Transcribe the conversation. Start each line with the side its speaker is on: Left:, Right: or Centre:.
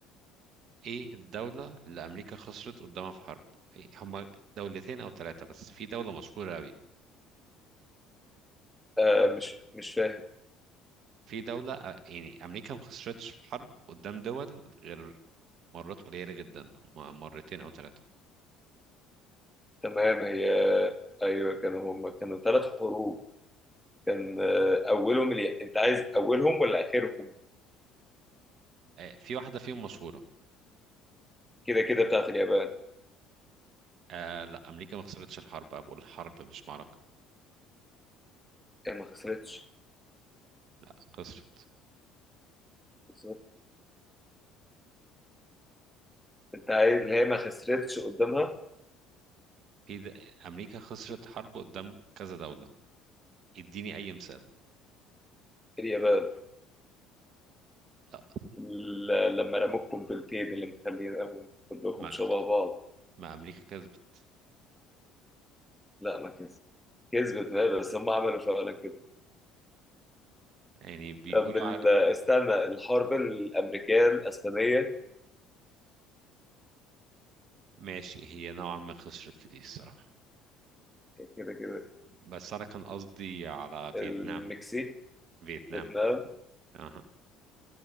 Right: ايه الدولة اللي أمريكا خسرت قدامها في حرب؟ إيه، هما دولتين أو ثلاثة بس في دولة مشهورة أوي
Centre: آه مش مش فاهم
Right: في دولة أ- يعني أمريكا ما خسرتش في حرب قدام دول غير مرات قليلة جدا هما مرتين أو ثلاثة
Centre: تمام هي أيوه كانوا هم كانوا ثلاث حروب كان آه، أولهم اليا... أنت عايز أولهم ولا آخرهم؟
Right: في واحدة فيهم مشهورة
Centre: كده كده بتاعت اليابان
Right: آه لا أمريكا ما خسرتش الحرب أنا بقول حرب مش معركة
Centre: هي ما خسرتش
Right: لا خسرت
Centre: بالظبط انت عايز اللي هي ما خسرتش قدامها
Right: في د... آه، أمريكا خسرت حرب قدام كذا دولة اديني اي مثال
Centre: اليابان
Right: لا
Centre: ل- لما رموا القنبلتين اللي مخليهم كلهم
Right: ما
Centre: شبه بعض
Right: ما امريكا كسبت
Centre: لا ما كسبت كسبت بقى بس هم عملوا فعلا كده
Right: يعني بيقولوا
Centre: طب ال-
Right: على...
Centre: استنى الحرب الامريكيه الاسبانيه
Right: ماشي هي نوعا ما خسرت في دي الصراحة
Centre: كده كده
Right: بس انا كان قصدي على فيتنام
Centre: المكسيك
Right: فيتنام
Centre: فيتنام
Right: اها